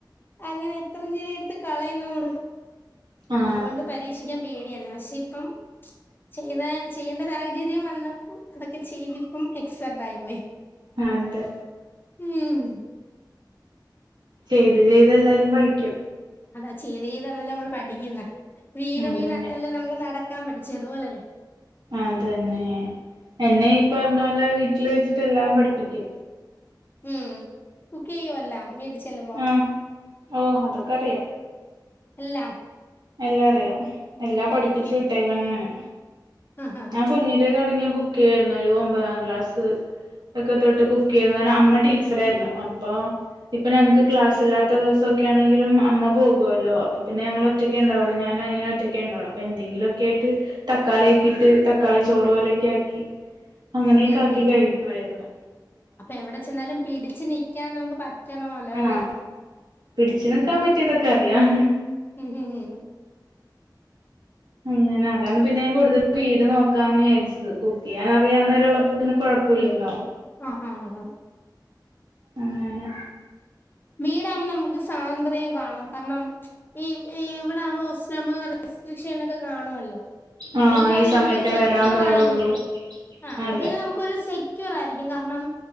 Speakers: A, on the left; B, on the right.
A: അങ്ങനെ എത്രയിങ്കില് എടുത്ത് കളയും നന്മള്.
B: ആ
A: അതുകൊണ്ട് പരീക്ഷിക്കാൻ പേടിയണ് പക്ഷെ ഇപ്പം ചെയ്ത ചെയ്യേണ്ട സാഹചര്യം വന്നപ്പോം അതൊക്കെ ചെയ്തിപ്പം എക്സെർട് ആയി പോയി
B: ആ അതെ
A: ഉം
B: ചെയ്ത് ചെയ്ത് എല്ലാരും പഠിക്കും
A: അതാ ചെയ്ത് ചെയ്താന്ന നമ്മൾ പഠിക്കുന്നെ വീണ്
B: അതന്നെ
A: വീണ ആണല്ല നമ്മള് നടക്ക കാൻ പഠിച്ചേ അതുപോല്ലേന്നെ
B: അതന്നെ എന്നെ ഈ പറഞ്ഞ പോലെ വീട്ടില് വെച്ചിട്ടെല്ലാം പഠിപ്പിച്ച്
A: ഉം കുക്കെയോ എല്ലാം ചെല്ലുമ്പോ
B: ആഹ ഓ അതൊക്കെ അറിയാം
A: എല്ലാം
B: എല്ലാം അറിയാം എല്ലാം
A: മിടുക്കി
B: പഠിപ്പിച്ചു വിട്ടേക്കന്ന ആണ്
A: ആഹ് ആഹ്
B: ഞാൻ കുഞ്ഞിലേ തുടങ്ങിയ കുക്ക് ചെയ്യാരുന്നു ഒരു ഒമ്പതാം ക്ലാസ് ഒക്കെ തൊട്ട് കുക്ക് ചെയ്യുന്നു കാരണം അമ്മ ടീച്ചർായിരുന്നു അപ്പൊ ഇപ്പൊ ഞങ്ങക്ക് ക്ലാസ് ഇല്ലാത്ത ദിവസൊക്കെ ക്കണെങ്കിലും അമ്മ പോകല്ലോ അപ്പൊ പിന്നെ ഞങ്ങളോറ്റക്ക് ഒറ്റൊക്കെണ്ടാവുള്ളൂ ഞാനും അനിയനും ഒറ്റക്കെണ്ടാവുള്ള അപ്പോ എന്തെങ്കിലൊക്കെ ട്ട് തക്കളി ഒക്കെ ഇട്ട് തക്കാളി ചോറുപോലെ ക്കാക്കി അങ്ങനെയൊക്കാക്കി
A: ഉം ഉം
B: കഴിക്കുവാര്ന്നു
A: ഉം അപ്പൊ എവിടെ ചെന്നാലും പിടിച്ചു നിക്കാൻ മ്മക്ക് പറ്റണല്ലോ
B: ആ
A: അല്ലേ
B: പിടിച്ചു നിക്കാൻ
A: ഇഹ്‌
B: പറ്റിയതൊക്കെ അറിയാം
A: ഇഹ്‌ ഹീ
B: അങ്ങനെ അതാണ് പിന്നെ ഞൻ കൂടുതൽ വീട് നോക്കാന്ന് വിചാരിച്ചത് കുക്ക് ചെയ്യാൻ അറിയാവുന്നവരള്ളപ്പോ പിന്നെ കൊയപ്പോല്ലല്ലോ
A: ആഹ ആഹ് ആഹ്
B: അങ്ങനെ
A: വീടാവകുമ്പോ നമുക്ക് സ്വാതന്ത്ര്യം കാണും കാരണം ഈ ഇവിടാവുമ്പോ ഒസ്ലമ പക്ഷെ എന്നൊക്കെ കാണുമല്ലോ ഇന്നരു
B: ആഹ്
A: കാര്യം
B: ഈ സമയത്തെ
A: നമുക്ക് സെക്യൂർ
B: വരാൻ പാടുള്ളൂ
A: ആയിരിക്കും ആ അത്
B: അതെ
A: പിന്നെ നമുക്കരു സെ ക്റ ആയിരിക്കും കാരണം